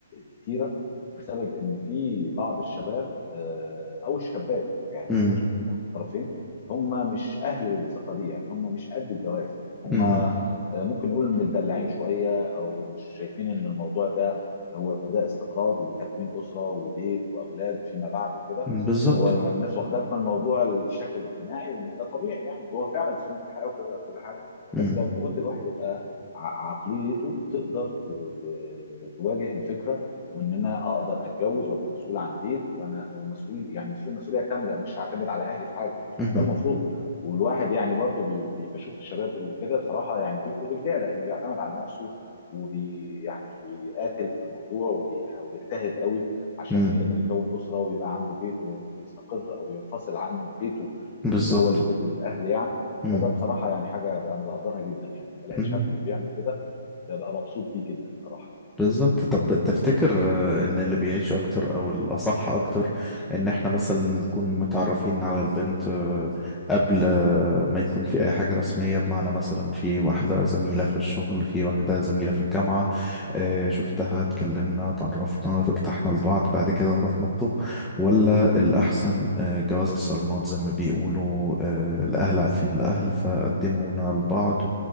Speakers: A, on the left (about 25°); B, in the centre.
A: كتيره بسبب ان في بعض الشباب آه، او الشابات يعني
B: امم
A: مش هنقول عن الطرفين هم مش اهل الثقه دي يعني هم مش قد الجواز هم
B: امم
A: آه، ممكن نقول متدلعين شويه او مش شايفين ان الموضوع ده هو ده استقرار وتكوين اسره وبيت واولاد فيما بعد وكده
B: بالظبط
A: هو الناس واخداه من الموضوع الشكل الاجتماعي وان ده طبيعي يعني وهو فعلا سنه الحياه وكده وكل حاجه
B: امم
A: بس لو قلت الواحد يبقى ع- عقليته تقدر ت- ت- ت- تواجه الفكره وان انا اقدر اتجوز وابقى مسؤول عن بيت وانا ومسؤول يعني مسؤول مسؤوليه كامله مش هعتمد على اهلي في حاجه
B: امم
A: ده المفروض والواحد يعني برضو بي بي- بشوف الشباب اللي كده بصراحه يعني بيبقوا رجاله اللي بيعتمد على نفسه وبي يعني بيقاتل في الموضوع وبيح- وبيجتهد قوي عشان
B: امم
A: يقدر يكون اسره ويبقى عنده بيت وي- ويستقر او ينفصل عن بيته
B: بالظبط
A: اللي هو البيت الاهل يعني
B: مم.
A: فده بصراحه يعني حاجه انا بقدرها جدا يعني لما الاقي
B: مم.
A: شاب بيعمل كده ده بقى مبسوط بيه جدا صراحه
B: بالظبط طب تفتكر آه، ان اللي بيعيش اكتر او الاصح اكتر ان احنا مثلا نكون متعرفين على البنت آه، قبل آه، ما يكون في اي حاجة رسمية بمعنى مثلا في واحدة زميلة في الشغل في واحدة زميلة في الجامعة آه، شفتها اتكلمنا اتعرفنا ارتحنا لبعض بعد كده نروح نخطب ولا الاحسن آه، جواز الصالونات زي ما بيقولوا آه، الاهل عارفين الاهل فقدمونا لبعض